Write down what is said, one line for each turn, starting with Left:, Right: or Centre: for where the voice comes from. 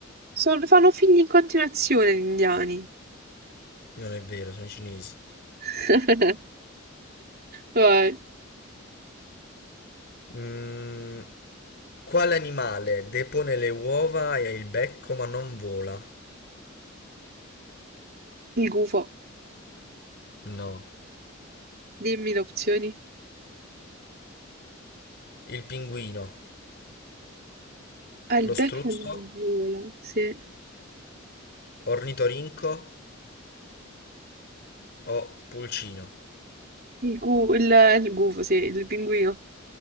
Right: sono- fanno figli in continuazione gli indiani.
Left: Non è vero, sono i cinesi.
Right: <laughs> Vai.
Left: Mm, Quale animale depone le uova e ha il becco ma non vola?
Right: Il gufo.
Left: No.
Right: Dimmi le opzioni.
Left: Il pinguino,
Right: Ah, il
Left: lo
Right: becco
Left: struzzo,
Right: è gola, sì.
Left: ornitorinco o pulcino?
Right: Il, gu- il- il gufo, sì, il pinguino.